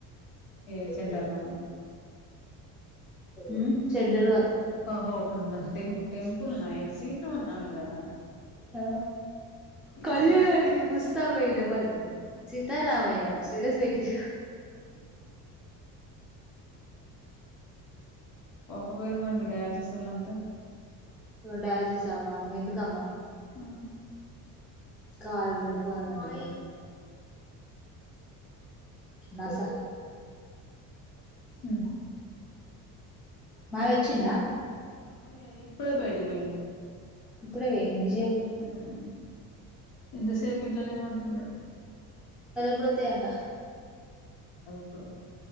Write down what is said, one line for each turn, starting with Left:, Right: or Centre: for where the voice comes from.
Left: ఏ
Centre: రపయి
Left: సెంటర్
Centre: చేయా
Left: నా
Centre: మ్మ్ చెెండరు
Left: ఒక హో టెంపుల్న్నా సీల ఉమె కదా
Centre: ఆ
Left: శ్రీరామనవమి
Centre: కళ్యాణనికి ముస్తాబు అయినా
Left: అదదే
Centre: చి త రావయ్యా స్టేటస్ పెట్టి
Left: అవునా ఒక పేరు మన మీ డ్యాన్సర్స్ ఒళ్లంతా
Centre: డయాలసిస్ ఆ వమ్మ ఎందుకమ్మా
Left: ఆ
Centre: కారు ఉన్నది పోదం అంట నాస
Left: ఉ
Centre: మావయ్య వచ్చిండా
Left: మామయ్య ఇప్పుడే బయటికి పోయిండు
Centre: ఇప్పుడే పోయిన ఇంత సేపు
Left: ఆ ఇంతసేపు ఇంట్లనే పడుకున్నాడు
Centre: ఎప్పుడూవోతాయి అంట
Left: ఇప్పుడు